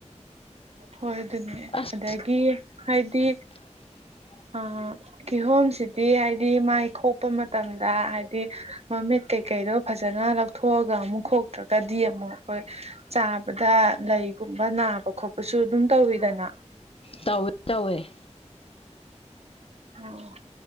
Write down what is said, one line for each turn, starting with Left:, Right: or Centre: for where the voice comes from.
Right: ꯍꯣꯏ ꯑꯗꯨꯅꯦ
Left: ꯑꯁ
Right: ꯑꯗꯒꯤ ꯍꯥꯏꯗꯤ
Left: <inaudible>
Right: ꯑ ꯀꯤꯍꯣꯝꯁꯤꯗꯤ ꯍꯥꯏꯗꯤ ꯃꯥꯏ ꯈꯣꯛꯄ ꯃꯇꯝꯗ ꯍꯥꯏꯗꯤ ꯃꯃꯤꯠ ꯀꯩꯀꯩꯗꯣ ꯐꯖꯅ ꯂꯧꯊꯣꯛꯑꯒ ꯑꯃꯨꯛ ꯈ‌ꯣꯛꯇ꯭ꯔꯒꯗꯤ ꯑꯃꯨꯛ ꯑꯩꯈꯣꯏ ꯆꯥꯕꯗ ꯂꯩꯒꯨꯝꯕ ꯅꯥꯕ ꯈꯣꯠꯄꯁꯨ ꯑꯗꯨꯝ ꯇꯧꯋꯤꯗꯅ
Left: ꯇꯧꯋꯦ ꯇꯧꯋꯦ
Right: ꯑꯣ